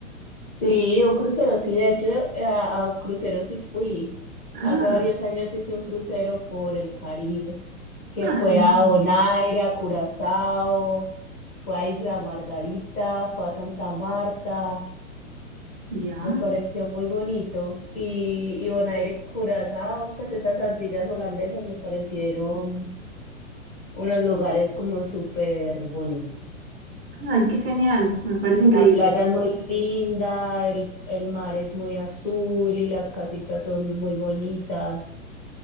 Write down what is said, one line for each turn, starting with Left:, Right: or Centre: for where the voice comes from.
Left: Sí, un crucero, sí, de hecho eh, a, a cruceros sí fui.
Right: Ah,
Left: Hace varios
Right: no.
Left: años hice un crucero por el Caribe, que
Right: Ah,
Left: fue
Right: genial.
Left: a Bonaire, a Curazao, fue a Isla Margarita, fue a Santa Marta.
Right: Ya.
Left: Me pareció muy bonito. Y, y Bonaire, Curazao, pues esas Antillas holandesas me parecieron unos lugares como súper bonitos.
Right: Ay, qué genial. Me parece increíble.
Left: La playa es muy linda, el, el mar es muy azul y las casitas son muy bonitas.